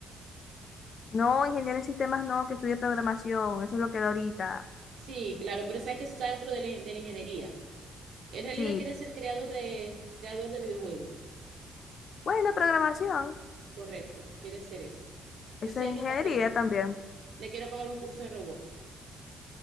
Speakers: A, on the left (about 55°); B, on the right (about 65°).
A: No, ingeniero en sistemas no, que estudie programación, eso es lo que da ahorita.
B: Sí, claro, pero sabes que eso está dentro de la, de la ingeniería. En realidad
A: Sí,
B: quiere ser creador de, creador de videojuegos,
A: bueno, programación,
B: correcto, quiere ser eso.
A: eso
B: Yo sé
A: es ingeniería
B: que lo va a hacer bien.
A: también.
B: Le quiero pagar un curso de robótica